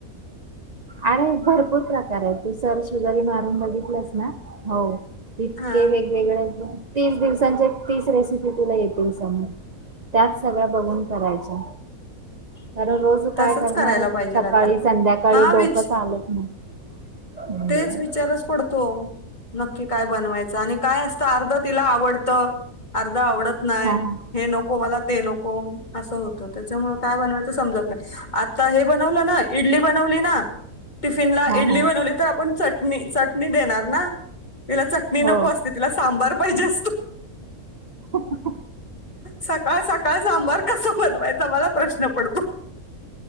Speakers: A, on the right; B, on the left.
A: अरे भरपूर प्रकार आहे तू सर्च मारून बघितलंस ना हो इतके
B: हा
A: वेगवेगळे तीस दिवसांच्या तीस रेसिपी तुला येतील समोर त्यात सगळ बघून करायच्या कारण रोज काय
B: तसंच
A: करणार
B: करायला पाहिजे
A: सकाळी
B: आता
A: संध्याकाळी
B: हा
A: डोकंच
B: विच
A: चालत नाही हम्म.
B: तेच विचारच पडतो नक्की काय बनवायचं आणि काय असतं अर्ध तिला आवडतं अर्ध आवडत नाही
A: हा हा
B: हे नको मला ते नको असं होत त्याच्यामुळे काय बनवायच समजत नाही हे बनवलं ना इडली बनवली ना टिफिनला
A: हा
B: इडली
A: हा
B: बनवली तर आपण चटणी चटणी देणार ना तिला चटणी नको
A: हो
B: असते तिला सांबार पाहिजे असतो
A: हो
B: सकाळ सकाळ सांबार कसा बनवायचा मला प्रश्न पडतो